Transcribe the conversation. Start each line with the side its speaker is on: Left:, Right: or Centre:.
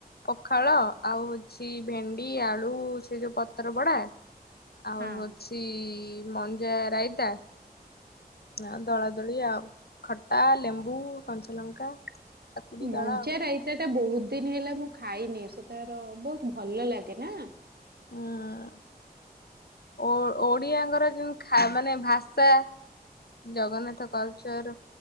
Left: ପଖାଳ ଆଉ ହଉଛି ଭେଣ୍ଡି ଆଳୁ, ସେ ଯୋଉ ପତ୍ର ପଡ଼ା ଆଉ
Right: ହଁ
Left: ହଉଛି ମଞ୍ଜା ରାଇତା ଆ ଦଳାଦଳି ଆଉ, ଖଟା, ଲେମ୍ବୁ, କଞ୍ଚାଲଙ୍କା କାକୁଡି
Right: ମଞା
Left: ଦଳା ଆଉ
Right: ରାଇତାଟା ବହୁତ ଦିନ ହେଲା ମୁଁ ଖାଇନି, ସେ ତାର ବହୁତ ଭଲ ଲାଗେ ନା
Left: ହାଁ ଓ ଓଡ଼ିଆଙ୍କର ଯୋଉ ଖା, ମାନେ ଭାଷା ଜଗନ୍ନାଥ କଲ୍ଚର୍,